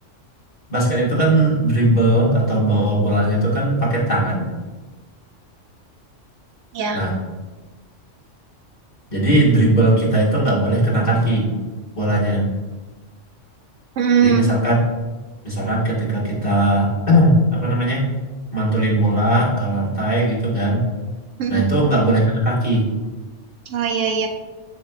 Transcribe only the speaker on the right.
ya.
Mm,
mm.
Oh iya, iya.